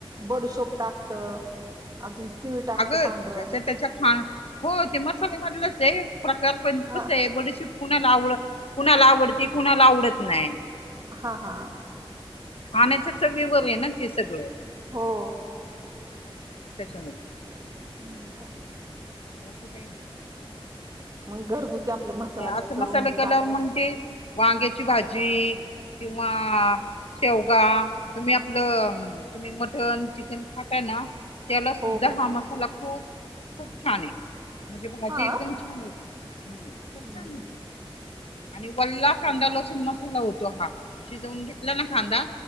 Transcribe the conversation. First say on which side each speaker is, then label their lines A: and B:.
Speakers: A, on the right; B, on the left.
A: बडशोक टाक तर अजून तिळ टाकतं
B: अगं
A: पांढरं
B: ज्याच्या त्याच्या खाण हो ते म म म्हलं प्रकार पण
A: हा
B: कस आहे बडशूप कुणाला आवड कुणाला आवडती कुणाला आवडत नाही
A: हा हा
B: खाण्याच्या चवीवरर आहे ना ते सगळं
A: हो
B: त्याच्यामुळे
A: हम का
B: बाकी काय ना
A: मग घरगुती आपले मसाला
B: असा
A: करून
B: मसाला केल्यावर
A: टाकता
B: मग ते वांग्याची भाजी किंवा शेवगा तुम्ही आपलं तुम्ही मटन चिकन खाताय ना त्याला सुद्धा
A: हो हो
B: हा मसाला खूप खूप छान आहे म्हणजे भाजी
A: हा
B: एकदम छान होती हम्म खूप
A: हम्म
B: छान होती आणि वल्ला कांदा लसण मसाला होता तो हा शिजवून घेतला ना कांदा